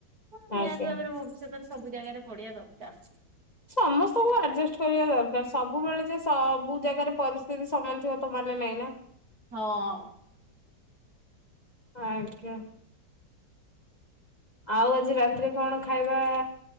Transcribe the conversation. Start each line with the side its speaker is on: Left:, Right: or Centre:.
Right: ହଁ ନିହାତି
Left: ଆଜ୍ଞା।
Right: ଭାବରେ ଭବିଷ୍ୟତରେ ସବୁ ଜାଗାରେ ପଡ଼ିବା ଦରକାର୍।
Left: ସମସ୍ତଙ୍କୁ ଆଡଜଷ୍ଟ କରିବା ଦରକାର ସବୁବେଳେ ଯେ ସବୁ ଜାଗାରେ ପରିସ୍ଥିତି ସମାନ ଥିବ ତ ମାନେ ନାଇଁ ନା।
Right: ହଁ।
Left: ଆଜ୍ଞା। ଆଉ ଆଜି ରାତିରେ କଣ ଖାଇବା